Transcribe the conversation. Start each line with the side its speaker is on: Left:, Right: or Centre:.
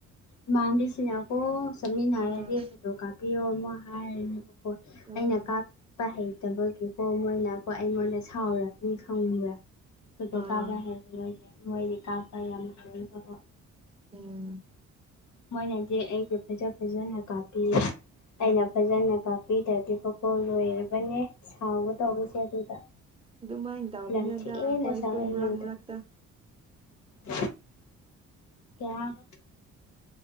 Left: ꯏꯃꯥꯟꯕꯤ ꯁꯤꯅ ꯀꯣ ꯆꯠꯃꯤꯅꯔꯗꯤ
Right: ꯑꯥ
Left: ꯐꯣꯇꯣ ꯀꯥꯄꯤꯌꯣ ꯑꯃꯨꯛ ꯍꯥꯏꯔꯅꯤ ꯍꯣꯏ
Right: ꯑꯥ
Left: ꯑꯩꯅ ꯀꯥꯞ ꯄꯥ ꯍꯩꯇꯕꯒꯤꯀꯣ ꯃꯣꯏꯅꯀꯣ ꯑꯩꯉꯣꯟꯗ ꯁꯥꯎꯔꯒꯅꯤ ꯈꯪꯕ꯭ꯔꯥ ꯐꯣꯇꯣ
Right: ꯑꯥ
Left: ꯀꯥꯞꯕ ꯍꯥꯏꯕ ꯅꯣꯏꯅꯦ ꯃꯣꯏꯗꯤ ꯀꯥꯞꯄ ꯌꯥꯝ ꯍꯩꯔꯅꯤꯀꯣ
Right: ꯎꯝ
Left: ꯃꯣꯏꯅꯗꯤ ꯑꯩꯒꯤ ꯐꯖ ꯐꯖꯅ ꯀꯥꯞꯄꯤꯔ ꯑꯩꯅ ꯐꯖꯅ ꯀꯥꯞꯄꯤꯗ ꯑꯗꯨꯀꯥ ꯂꯣꯏꯔꯕꯅꯦ ꯁꯥꯎꯒꯗꯧꯕꯁꯦ ꯑꯗꯨꯗ
Right: ꯑꯗꯨꯃꯥꯏꯟ ꯇꯎꯕꯅꯤꯗ
Left: ꯌꯥꯝ ꯊꯤꯅ
Right: ꯍꯣꯏꯁꯨ
Left: ꯁꯥꯎꯋꯦ ꯑꯩꯉꯣꯟꯗ
Right: ꯃꯔꯛ ꯃꯔꯛꯇ
Left: <unintelligible>